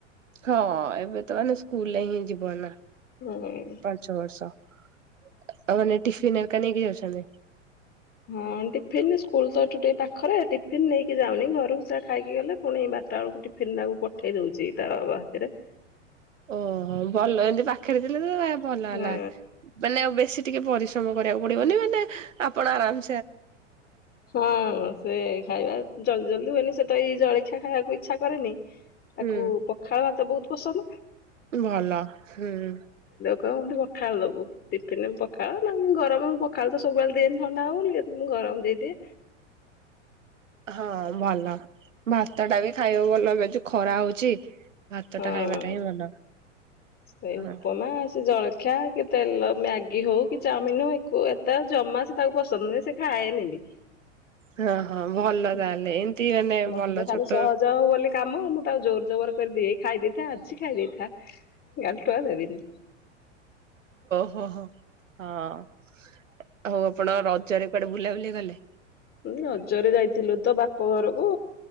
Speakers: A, on the right (about 90°); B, on the left (about 30°).
A: ହଁ ଏବେ ତ ମାନେ ସ୍କୁଲରେ ହିଁ ଯିବ ନା
B: ହୁଁ
A: ପାଞ୍ଚ ବର୍ଷ। ଆଉ ମାନେ ଟିଫିନ ଅରିକା ନେଇକି ଯାଉଛନ୍ତି।
B: ହଁ ଟିଫିନ ସ୍କୁଲ ତ ଏଠୁ ଟିକେ ପାଖରେ ଟିଫିନ ନେଇକି ଯାଉନି ଘରକୁ ଯହା ଖାଇକି ଗଲେ ପୁଣି ବାର ବାରଟା ବେଳକୁଟି ଟିଫିନ୍ ଟାକୁ ପଠେଇ ଦଉଛି ତା ବାବା ହାତରେ।
A: ଓହୋ ଭଲ ଏମିତି ପାଖରେ ଥିଲେ ତ ଭଲ
B: ହଁ
A: ହେଲା ମାନେ ବେଶ ବେସି ଟିକେ ପରିଶ୍ରମ କରିବାକୁ ପଡିବନି ମାନେ ଆପଣ ଆରାମ।
B: ହଁ ସେ ଖାଇବା ଜଲଦି ଜଲଦି ହୁଏନି ସେ ତ ଏଇ ଜଳଖିଆ ଖାଇବାକୁ ଇଛା କରେନି। ତାକୁ
A: ହୁଁ
B: ପଖାଳ ଭାତ ବହୁତ ପସନ୍ଦ।
A: ଭଲ ହୁଁ।
B: କହିବ ମତେ ପଖାଳ ଦବୁ ଟିଫିିନ ରେ ପଖାଳ ନଏଲେ ଗରମ ପଖାଳ ତ ସବୁବେଳେ ଦିଏନି ଥଣ୍ଡା ହବ ବୋଲି। କେବେ ମୁ ଗରମ ଦେଇଦିଏ।
A: ହଁ ଭଲ ଭତା ଟା ବି ଖାଇବ ଭଲ ଏ ଯୋଉ ଖରା ହଉଛି। ଭାତ
B: ହଁ
A: ଟା ଖାଇବାଟା ହିଁ ଭଲ।
B: ସେଇ
A: ହଁ
B: ଉପମା ସେ ଜଳଖ ଖିଆ କି ତେଲ ମ୍ୟାଗି ହଉ କି ଚାଉମିନ ହଉ ଆକୁ ଏତେ ଜମା ସେ ତାକୁ ପସନ୍ଦ ନୁହଁ ସେ ଖାଏନି ବି।
A: ହଁ ହଁ ଭଲ
B: <inaudible>
A: ତାହେଲେ ଏମିତି ମାନେ
B: ମତେ
A: ଭଲ
B: ଖାଲି
A: ଛୋଟ
B: ସହଜ ହବ ବୋଲି କାମ ମୁଁ ତାଉ ଜୋର ଜବର କରି ଦିଏ ଖାଇ ଦେଇଥା ଆଜି ଖାଇ ଦେଇଥା କାଲି ଠୁ ଆଉ ଦେବିନି।
A: ଓହୋ ହଁ ହଉ ଆପଣ ରଜରେ କୁଆଡେ ବୁଲା ବୁଲି ଗଲେ।
B: ଉଁ ରଜ ରେ ଯାଇଥିଲୁ ତ ବାପ ଘରକୁ